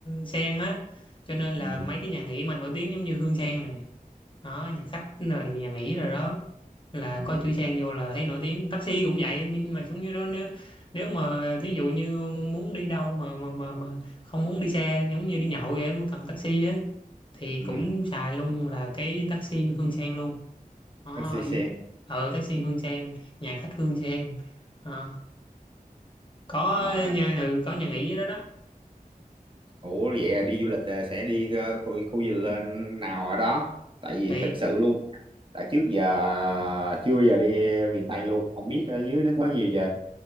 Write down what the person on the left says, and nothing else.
sen á cho nên là
mấy cái nhà nghỉ mà nổi tiếng giống như Hương Sen này đó nhà khách rồi nhà nghỉ rồi đó là
có chữ sang vô là thấy nổi tiếng taxi cũng vậy nhưng mà xuống dưới đó nếu nếu mà thí dụ như muốn đi đâu mà mà mà, mà không muốn đi xe giống như đi nhậu vậy mới cần taxi á thì
cũng xài luôn là cái taxi Hương Sen luôn đó,
ở dưới
ừ taxi Hương Sen nhà khách Hương Sen Ờ, có
nhà ừ, có nhà nghỉ ở đó đó
thì